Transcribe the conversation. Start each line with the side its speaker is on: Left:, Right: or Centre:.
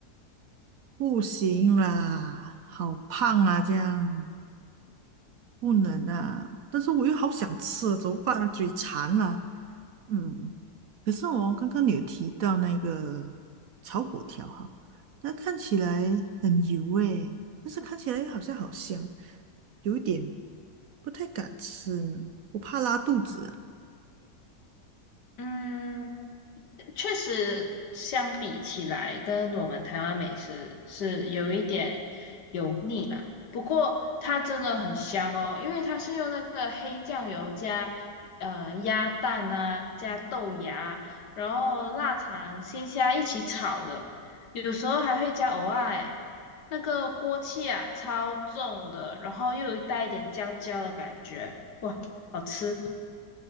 Right: 不行啦，好胖啊，这样。不能啊！但是我又好想吃，怎么办啊？嘴馋了。嗯，可是我刚刚你有提到那个炒粿条哈，它看起来很油诶，但是看起来好像好香，有一点不太敢吃呢我怕拉肚子啊
Left: 嗯，确实相比起来，跟我们台湾美食是有一点油腻啦。不过它真的很香哦，因为它是用那个黑酱油加呃鸭蛋啊，加豆芽，然后腊肠、鲜虾一起炒的，有时候还会加藕啊欸那个锅气啊，超重的，然后又有带一点焦焦的感觉，哇，好吃。